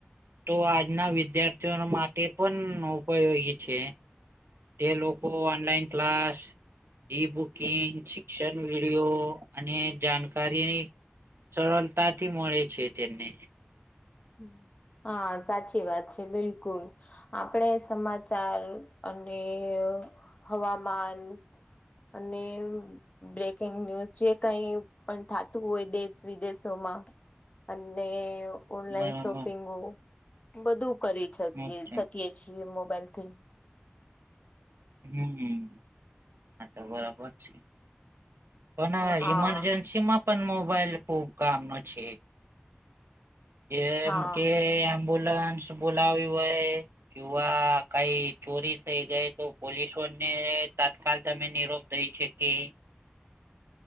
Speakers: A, on the right; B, on the left.
A: તો આજના વિદ્યાર્ થીઓ ને માટે પન ઉપયોગી છે. તે લોકો ઓનલાઈન ક્લાસ ઈ બુકિંગ, શિક્ષન વિડીયો અને જાનકારીની સરલતાથી મળે છે તેને.
B: હમ્મ, હા સાચી વાત છે બિલકુલ. આપણે સમાચાર અને હવામાન અને બ્રેકિંગ ન્યુઝ જે કઈ પણ થાતું હોય દેશ વિદેશોમાં અને ઓનલાઈન
A: બરાબર
B: શોપિંગો બધું કરી છકી
A: અચ્છા.
B: શકીએ છીએ મોબાઈલથી.
A: હમ્મ, આ તો બરાબર છે. પન
B: હા
A: ઇમરજન્સીમાં પન મોબાઈલ ખૂબ કામનો છે. એમ
B: હા
A: કે એમ્બ્યુલન્સ બોલાવી હોય કેવા કઈ ચોરી થઈ ગઈ તો પોલીસોને તાત્કાલ તમે નિરોપ દઈ છે કે